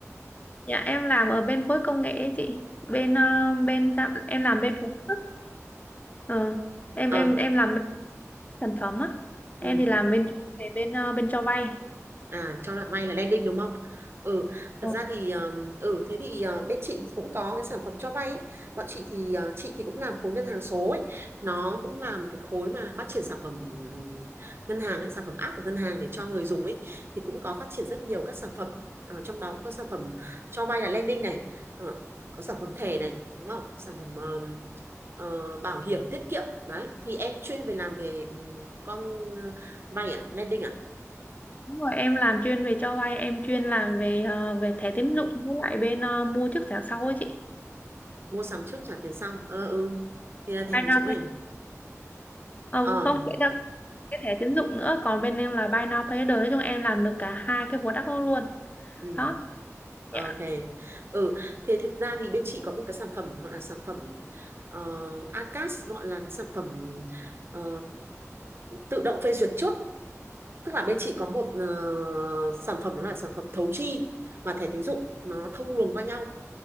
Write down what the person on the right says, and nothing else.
ờ
ừ
À, cho bạn may là landing đúng không? Ừ, thật
ra thì um, ừ thế thì uh, bên chị cũng có cái sản phẩm cho vay ấy. Bọn chị thì uh, chị thì cũng làm khối ngân hàng số ấy. Nó cũng là một cái khối mà phát triển sản phẩm ừm, ngân hàng ấy, sản phẩm app của ngân hàng để cho người dùng ấy thì cũng có phát triển rất nhiều các sản phẩm. Ờ, trong đó cũng có sản phẩm cho vay là lending này, ờ, có sản phẩm thẻ này, đúng không? Sản phẩm ờm, ờ, bảo hiểm tiết kiệm đấy. Thì em chuyên về làm về ừm, con ờ, vay à, lending
mua sắm trước trả tiền sau ờ ừ thì là thẻ
tín
dụng này
ờ
ừ
Ờ,
ok ừ thế thực ra thì bên chị có một cái sản phẩm gọi là sản phẩm ờ, ACAS gọi là cái sản phẩm ờ, tự động phê duyệt trước tức là bên chị có một ờ, sản phẩm đó là sản phẩm thấu chi và thẻ tín dụng nó thông luồng qua nhau